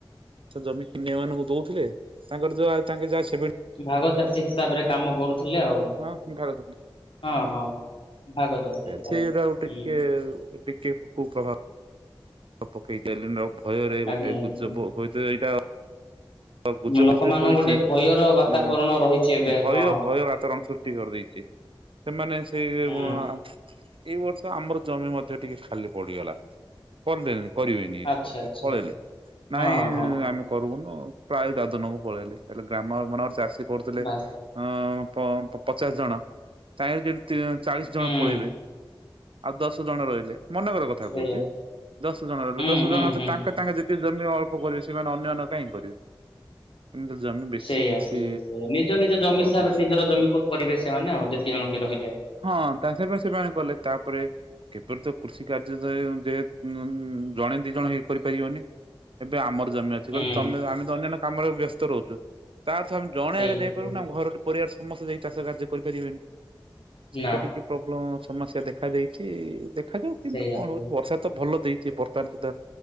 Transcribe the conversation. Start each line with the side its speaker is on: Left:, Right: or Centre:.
Right: ସେ ଜମି ଅନ୍ୟ ମାନଙ୍କୁ ଦଉଥିଲେ। ତାଙ୍କର ଯଆ ତାଙ୍କ ଯାହା ସେଭେ
Left: ଭାଗ ଚାଷୀ ହିସାବରେ କାମ କରୁଥିଲେ ଆଉ। ହଁ,
Right: ହଁ ଭାଗ
Left: ହଁ। ଭାଗ ଚାଷୀ ହିସାବରେ
Right: ସେଇରା ଆଉ ଟିକେ
Left: ହୁଁ
Right: ଟିକେ କୁପ୍ରଭାବ ପକେଇକି ଆଇଲୁନୁ ନ ଭୟରେ ଗୋଟେ
Left: ଆଜ୍ଞା ଆଜ୍ଞା।
Right: ଗୁଜବ ହୁଏତ ଏଇଟା ତ ଗୁଜବଛରେ
Left: ଲୋକମାନଙ୍କୁ
Right: କହିଛି
Left: ଗୋଟେ ଭୟର ବାତାବରଣ
Right: ଯେ
Left: ରହିଛି ଏବେ
Right: ଭୟ
Left: ହଁ।
Right: ଭୟ ବାତାବରଣ ସୃଷ୍ଟି କରିଦେଇଛି। ସେମାନେ ସେଇ ଏଇ
Left: ହୁଁ
Right: ବର୍ଷ ଆମର ଜମି ମଧ୍ୟ ଟିକେ ଖାଲି ପଡିଗଲା, କରିଦେନି। କରିବେନି ଏଠି
Left: ଆଚ୍ଛା
Right: କହୁଛନ୍ତି,
Left: ଆଚ୍ଛା
Right: ପଳେଇଲେ
Left: ଆଚ୍ଛା
Right: ନାଇଁ
Left: ହଁ ହଁ
Right: ଆମେ କରୁବୁନୁ ପ୍ରାୟ ଦାଦନକୁ ପଳେଇଲେ, ହେଲେ ଗ୍ରାମ ମାନରେ ଚାଷୀ କରୁଥିଲେ।
Left: ବାସ୍
Right: ହଁ ପ ପଚାଶ ଜଣ ତାଇବି ଯଦି ଚାଳିଶ ଜଣ
Left: ହୁଁ।
Right: ପଳେଇବେ। ଆଉ ଦଶ ଜଣ ରହିଲେ, ମନେକର କଥା
Left: ସେଇଆ
Right: କହୁଛି, ଦଶ ଜଣ ରୁ
Left: ହୁଁ
Right: ଦଶ
Left: ହୁଁ
Right: ଜଣ ତ
Left: ହୁଁ
Right: ତାଙ୍କେ
Left: ହୁଁ।
Right: ତାଙ୍କେ ଯେ ସିଏ ଜମି ଅଳ୍ପ କରିବେ, ସେମାନେ ଅନ୍ୟ ମାନକର କାହିଁ କରିବେ? ଏମିତି ଜମି ବେଶୀ
Left: ସେଇଆ
Right: କିଛି
Left: ସେଇଆ ସେଇଆ ନିଜ ନିଜ ଜମି
Right: ବନ୍ଦ
Left: ହିସାବରେ
Right: ହେଇଯାଇଛି।
Left: ନିଜର ଜମିକୁ କରିବେ ସେମାନେ ଆଉ ଯେତେ ଜଣ ବି ରହିଲେ।
Right: ହଁ ତା ଚାଷ ବି ସେମାନେ କଲେ ତାପରେ କେପରି ତ କୃଷି କାର୍ଯ୍ୟ ଯେହେ ଜଣେ ଦି ଜଣ ହେଇ କରିପାରିବନି। ଏବେ ଆମର ଜମି ଅଛି।
Left: ହୁଁ
Right: ତମେ ଆମେ ତ ଅନ୍ୟନ୍ୟ କାମରେ ବ୍ୟସ୍ତ ରହୁଛୁ ତା ଅର୍ଥ ଆମେ ଜଣେ
Left: ସେଇଆ
Right: ହେଲେ ଯାଇପାରିବୁ
Left: ସେଇଆ
Right: ନା ଆମ ଘରେ ପରିବାର ସମସ୍ତେ ଯାଇ ଚାଷ କାର୍ଯ୍ୟ କରିପାରିବାନି ସେଇଟା
Left: ନା
Right: ଟିକେ ପ୍ରୋବ୍ଲେମ ସମସ୍ୟା ଦେଖାଦେଇଛି, ଦେଖାଯାଉ କିନ୍ତୁ
Left: ସେଇଆ
Right: କଣ
Left: ସେଇଆ
Right: ହଉଛି ବର୍ଷା ତ ଭଲ ଦେଇଛି ବର୍ତ୍ତମାନ ସୁଦ୍ଧା